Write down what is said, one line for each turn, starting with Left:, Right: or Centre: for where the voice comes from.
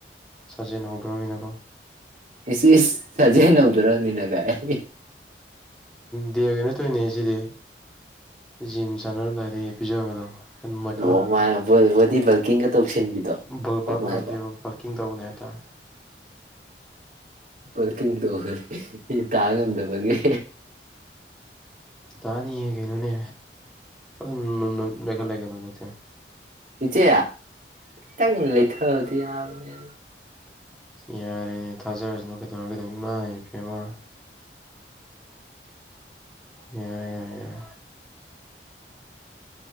Centre: ꯁꯥꯖꯦꯟ ꯍꯧꯗ꯭ꯔꯣꯃꯤꯅꯀꯣ
Right: ꯏ ꯁꯥꯖꯦꯟ ꯍꯧꯗ꯭ꯔꯕꯅꯤꯅ ꯀꯥꯏ
Centre: ꯗꯦ ꯀꯩꯅꯣ ꯇꯣꯏꯅꯦ ꯁꯤꯗꯤ ꯖꯤꯝ ꯁꯥꯟꯅꯔꯝꯗꯥꯏꯗ ꯍꯦꯛ ꯄꯤꯖꯕꯗꯣ ꯅꯣꯏꯈꯠꯂꯝꯕꯗꯣ
Right: ꯑꯣ ꯕꯣꯗꯤ ꯕꯔꯀꯤꯡꯒ ꯇꯧꯁꯤꯟꯕꯤꯗꯣ
Centre: ꯕꯜ
Right: ꯄꯃꯥꯏꯗ
Centre: ꯕꯜ ꯗꯦꯕ ꯕꯜꯀꯤꯡ ꯇꯧꯕꯅꯦ ꯍꯥꯏꯇꯥꯔꯦ
Right: ꯔꯀꯤꯡ ꯇ ꯇꯥ ꯉꯝꯗꯕꯒꯤ
Centre: ꯇꯥꯅꯤ ꯍꯥꯏ ꯀꯩꯅꯣꯅꯦ ꯑꯗꯨꯝ ꯅꯣꯏꯈꯠꯂꯦ ꯀꯩꯅꯣ ꯍꯟꯗꯛꯇꯤ
Right: ꯏꯆꯦ ꯈꯤꯇꯪ ꯂꯩꯊꯕꯗꯤ ꯌꯥꯕꯅꯦ
Centre: ꯌꯥꯔ ꯇꯖꯔ ꯔꯅ ꯇꯧꯔꯒꯗꯪ ꯏꯃꯥ ꯏ ꯄꯃ ꯌꯥꯔ ꯌꯥꯔꯦ ꯌꯥꯔ